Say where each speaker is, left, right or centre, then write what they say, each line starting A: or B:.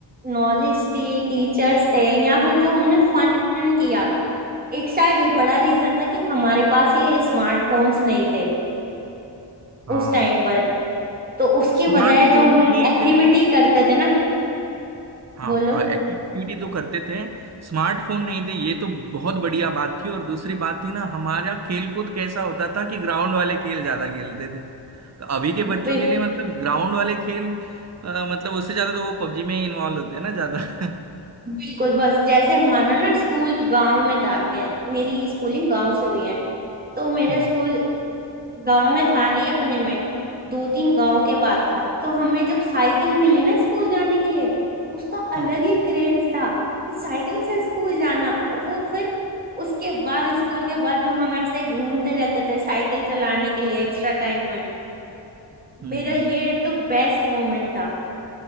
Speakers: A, on the right; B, on the right.
A: नॉलेज थी टीचर्स थे या फिर जो हमने फन किया एक शायद ये बड़ा रीजन था कि हमारे पास ये स्मार्टफोन्स नहीं थे
B: हाँ
A: उस टाइम पर तो उसकी
B: स्मार्टफोन
A: बजाय जो
B: नहीं
A: हम एक्टिविटी
B: थे
A: करते थे ना
B: हाँ
A: बोलो
B: एक्टिविटी तो करते थे स्मार्टफोन नहीं थे ये तो बहुत बढ़िया बात थी और दूसरी बात थी ना हमारा खेल कूद कैसा होता था कि ग्राउंड वाले खेल ज्यादा खेलते थे तो अभी के बच्चों
A: बिल,
B: के लिए मतलब ग्राउंड वाले खेल अ, मतलब उससे ज्यादा तो वो पबजी में ही इन्वॉल्व होते हैं ना ज्यादा <laughs>
A: बिल्कुल बस जैसे हमारा ना स्कूल गांव में था मैं मेरी स्कूलिंग गांव से हुई है तो मेरे
B: हम्म
A: स्कूल गांव में था नहीं अपने में दो तीन गांव के बाद था तो हमें जब साइकिल मिली ना स्कूल जाने के लिए उसका
B: हाँ
A: अलग ही क्रेज था कि साइकिल से स्कूल जाना और वो फिर उसके बाद स्कूल के बाद जो हम ऐसे घूमते रहते थे साइकिल चलाने के लिए एक्स्ट्रा टाइम में
B: हम्म
A: मेरा ये तो बेस्ट मोमेंट था